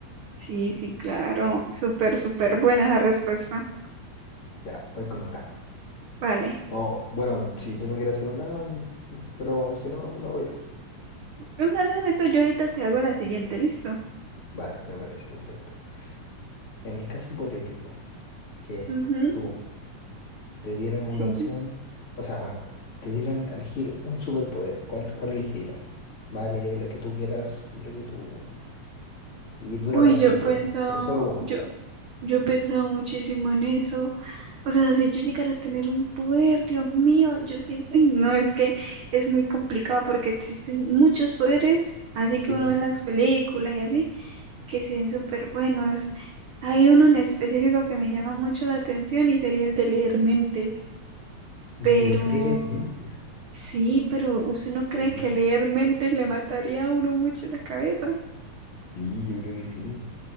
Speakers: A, on the right (about 80°); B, on the left (about 45°).
A: Sí, sí, claro. Súper, súper buena esa respuesta.
B: Ya, voy con otra.
A: Vale.
B: Oh, bueno, si tú me quieres hacer una, mm, pero si no, lo hago yo.
A: Dale, dale tú. Yo ahorita te hago
B: Ya.
A: la siguiente, ¿listo?
B: Vale, me parece perfecto. En el caso hipotético que
A: Ujú,
B: tú te dieran una
A: Sí.
B: opción, o sea, bueno, te dieran a elegir un superpoder, ¿cuál, cuál elegirías? Vale, lo que tú quieras y lo que tú... Y dura
A: Uy,
B: para
A: yo
B: siempre,
A: he pensado,
B: ¿eh? Pero solo uno.
A: yo, yo he pensado muchísimo en eso. O sea, si yo llegara a tener un poder, Dios mío, yo siento, y no es que es muy complicado porque existen muchos poderes, así
B: Sí,
A: que uno
B: pues.
A: ve las películas y así, que se ven súper buenos. Hay uno en específico que me llama mucho la atención y sería el de leer mentes. Pero
B: ¿Te gustaría leer mentes?
A: sí, pero ¿usted no
B: Uh,
A: cree que leer mentes le mataría a uno mucho la cabeza?
B: sí, yo creo que sí.